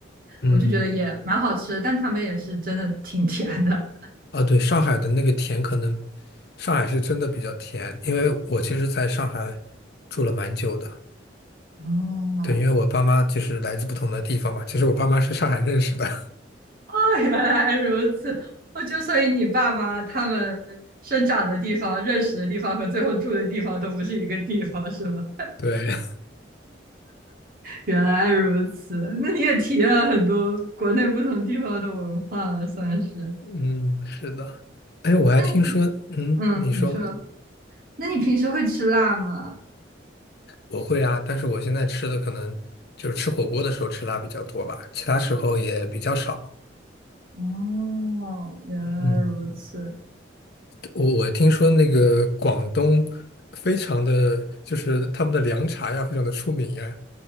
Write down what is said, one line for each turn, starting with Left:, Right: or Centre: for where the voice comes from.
Left: 嗯，
Right: 我就觉得也蛮好吃的，但他们也是真的挺甜的。
Left: 啊，对，上海的那个甜可能，上海是真的比较甜，因为我其实在上海住了蛮久的。
Right: 哦，
Left: 对，因为我爸妈就是来自不同的地方嘛，其实我爸妈是上海认识的。
Right: 哦，原来如此。哦，就所以你爸妈他们生长的地方、认识的地方和最后住的地方都不是一个地方，是吗？
Left: <laughs> 对，
Right: 原来如此。那你也体验了很多国内不同地方的文化了，算是。
Left: 嗯，是的。哎，我还听说，
Right: 那你，
Left: 嗯，
Right: 嗯，
Left: 你说
Right: 你说，那你平时会吃辣吗？
Left: 我会啊，但是我现在吃的可能就是吃火锅的时候吃辣比较多吧，其他时候也比较少。
Right: 哦，原来如此。
Left: 嗯。我我听说那个广东非常的，就是他们的凉茶呀，非常的出名呀，